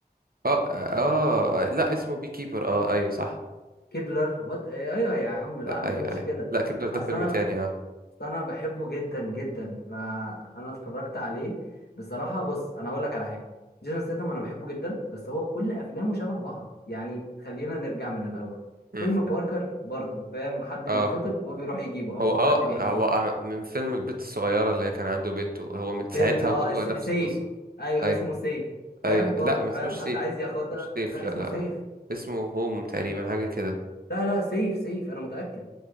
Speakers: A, on the right; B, on the left.
A: اه اه آه، لا اسمه بي كيبر اه ايوه صح
B: كيبلر وات ايوه يا عم
A: لا
B: لا ما
A: اي
B: تقولش
A: اي
B: كده
A: لا كيبلر ده
B: اصل
A: فيلم
B: انا
A: تاني اه
B: بس انا بحبه جدا جدا فانا اتفرجت عليه بصراحه بص انا اقول لك على حاجه جيسون ستاثام انا بحبه جدا بس هو كل افلامه شبه بعض يعني خلينا نرجع من الاول
A: امم
B: فيلم باركر برضو فاهم حد
A: اه
B: بيتخطف وهو بيروح يجيبه او
A: هو
B: هو
A: اه
B: حد بيحميه
A: هو آه، من فيلم البت الصغيرة اللي هي كان عنده بنته هو من
B: فيلم
A: ساعتها
B: اه
A: وهو
B: س-
A: نفس
B: سيف
A: القصة
B: ايوه
A: اي
B: اسمه سيف فاهم
A: اي
B: برضو
A: لا ما
B: فاهم
A: اسموش
B: حد
A: سيف
B: عايز ياخدها
A: مش سيف
B: لا
A: لا
B: اسمه
A: لا لا
B: سيف
A: اسمه هوم تقريبا حاجة كده
B: لا لا سيف سيف انا متاكد